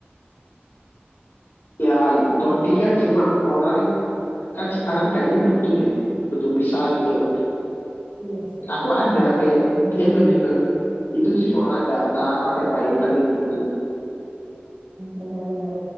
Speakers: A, on the left; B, on the right.
A: ya coding kan semua orang kan sekarang kayaknya butuh ya butuh bisa gitu loh
B: Iya sih.
A: aku ada kayak dia lebih ke itu sih ngolah data pakai Python gitu
B: Benar-benar.